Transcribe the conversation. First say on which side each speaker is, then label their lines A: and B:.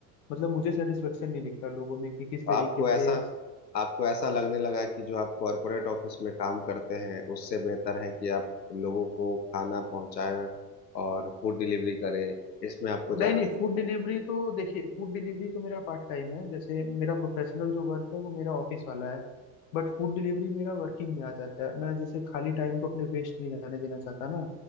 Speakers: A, on the left; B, on the left.
A: मतलब मुझे सेटिस्फेक्शन नहीं दिखता लोगों में कि किस तरीके
B: आपको
A: से
B: ऐसा आपको ऐसा लगने लगा कि जो आप कॉरपोरेट ऑफिस में काम करते हैं उससे बेहतर है कि आप लोगों को खाना पहुंचाएं और फूड डिलीवरी करें इसमें आपको ज्यादा
A: नहीं नहीं
B: समझ
A: फूड डिलीवरी तो देखिए फूड डिलीवरी तो मेरा पार्ट टाइम है जैसे मेरा प्रोफेशनल जो वर्क है वो मेरा ऑफिस वाला है बट फूड डिलीवरी मेरा वर्किंग में आ जाता है मैं जैसे खाली टाइम को अपने वेस्ट नहीं जाने देना चाहता ना